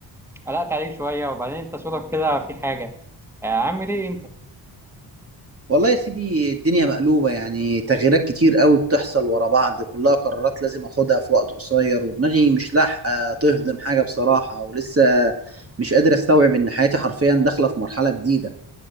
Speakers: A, in the centre; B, on the right.
A: قلقت عليك شويه وبعدين انت صوتك كده في حاجه آه عامل ايه انت
B: والله يا سيدي الدنيا مقلوبة يعني تغييرات كتير قوي بتحصل ورا بعض كلها قرارات لازم اخدها في وقت قصير ودماغي مش لاحقة تهضم حاجة بصراحة ولسه مش قادر استوعب ان حياتي حرفيا داخلة في مرحلة جديدة